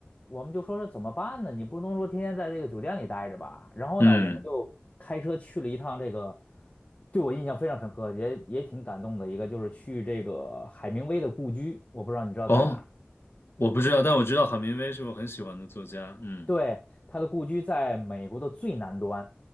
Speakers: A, on the left; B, on the left.
A: 我们就说是怎么办呢？你不能说天天在这个酒店里待着吧？然后呢，
B: 嗯
A: 我们就开车去了一趟这个，对我印象非常深刻，也也挺感动的一个，就是去这个海明威的故居。我不知道你知道在哪儿？
B: 哦，我不知道，但我知道郝明威是我很喜欢的作家，嗯。
A: 对，他的故居在美国的最南端，